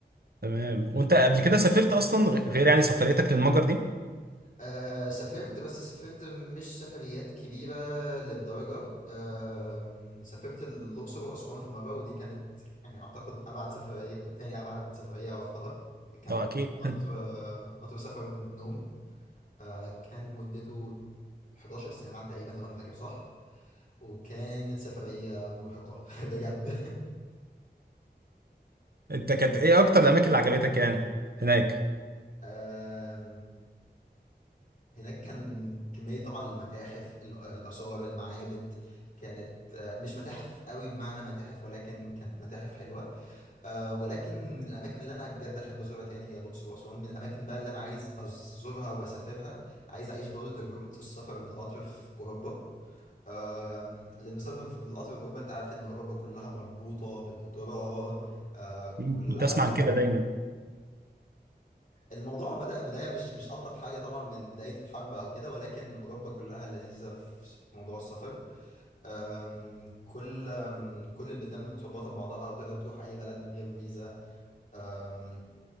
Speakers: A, on the right; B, on the left.
A: تمام وانت قبل كده سافرت اصلا غ- غير يعني سفريتك للمجر دي
B: آه سافرت بس سافرت مش سفريات كبيرة للدرجة آه سافرت الأقصر وأسوان في مرة ودي كانت يعني أعتقد أبعد سفرية تاني أبعد سفرية رحتها كان
A: اه اكيد
B: قطر
A: <laughs>
B: قطر سفر نوم آه كان مدته 11 ساعة تقريبا لو أنا فاكر صح وكانت سفرية مرهقة <laughs> بجد
A: انت كانت ايه اكتر الاماكن اللي عجبتك يعني هناك
B: آه هناك كان كمية طبعا المتاحف ال- الآثار المعابد كانت آه، مش متاحف قوي بمعنى متاحف ولكن كانت متاحف حلوة آه، ولكن من الأماكن اللي أنا بجد أحب أزورها تاني هي الأقصر وأسوان من الأماكن بقى اللي أنا عايز أزورها وأسافرها عايز أعيش برضه تجربة السفر بالقطر في أوروبا آم، لأن السفر في بالقطر في أوروبا أنت عارف إن أوروبا كلها مربوطة بالقطورة آه،
A: مم.
B: كلها
A: كنت اسمع عن كده دايما
B: الموضوع بدأ بداية مش مش ألطف حاجة طبعا من بداية الحرب أو كده ولكن أوروبا كلها لذيذة في في موضوع السفر أم، كل أم، كل البلدان متربطة ببعضها وتقدر تروح أي بلد من غير فيزا أم،